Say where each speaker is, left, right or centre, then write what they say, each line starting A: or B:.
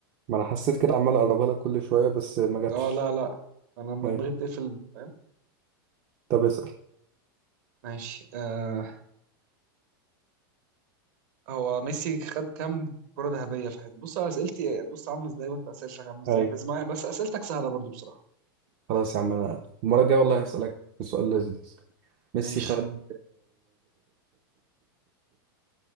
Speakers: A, on the right; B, on the right.
A: ما انا حسيت كده عمال اقربها لك كل شويه بس ما جاتش
B: اه لا لا انا لما
A: ايوه
B: دماغي بتقفل فاهم
A: طب اسال
B: ماشي آه هو ميسي خد كام كرة ذهبية في حياته بص على اسئلتي بص عاملة ازاي وانت اسئلتك عاملة ازاي
A: ايوه
B: بس معايا بس اسئلتك سهلة برضو بصراحة
A: خلاص يا عم انا المره الجايه والله هسالك سؤال لذيذ ميسي
B: ماشي
A: خد